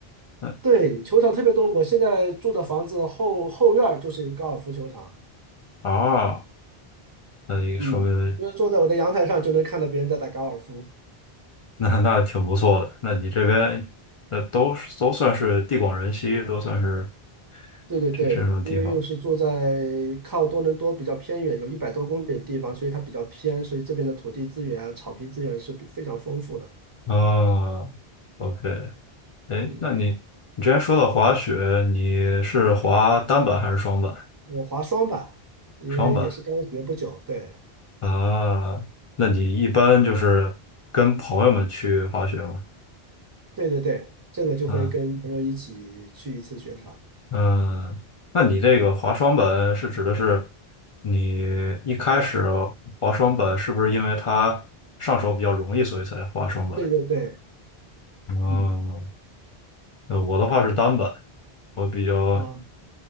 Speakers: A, on the left; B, on the right.
A: 那
B: 对，球场特别多。我现在住的房子后后院儿就是一个高尔夫球场，
A: 啊，那也说明
B: 嗯，因为坐在我的阳台上就能看到别人在打高尔夫。
A: 那那挺不错的。那你这边那都是都算是地广人稀，都算是
B: 对对对，
A: 这这种地方。
B: 因为又是住在靠多伦多比较偏远，有一百多公里的地方，所以它比较偏，所以这边的土地资源啊、草皮资源是比非常丰富的。
A: 啊，OK，哎，
B: 嗯，
A: 那你你之前说到滑雪，你是滑单板还是双板？
B: 我滑双板，因为也是刚学不久，
A: 双板
B: 对
A: 啊，那你一般就是跟朋友们去滑雪吗？
B: 对对对，这个就会跟朋友一起去一次雪场。
A: 嗯。嗯，那你这个滑双本是指的是你一开始滑双本是不是因为它上手比较容易，所以才滑双本？
B: 对对对，
A: 嗯，
B: 嗯
A: 呃我的话是单本，我比较
B: 啊